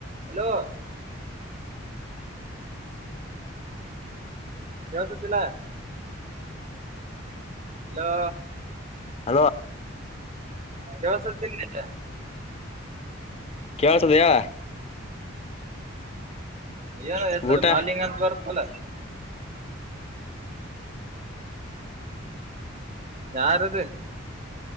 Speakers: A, on the right; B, on the left.
A: ಹಲೋ ಕೇಳಿಸ್ತಿಲ್ಲ ತಿಲ ಹಲೋ
B: ಹಲೋ
A: ಕೇಳ್ತಾ ಇಲ್ಲ
B: ಕೇಳಳ್ಸದಯಾ ಹೇಳ
A: ಏನ ಹೆಸರು
B: ಊಟ
A: ಮಾಲಿಂಗ ಅಂತ ಬರ್ತ್ತಲ್ಲ ಯಾರದ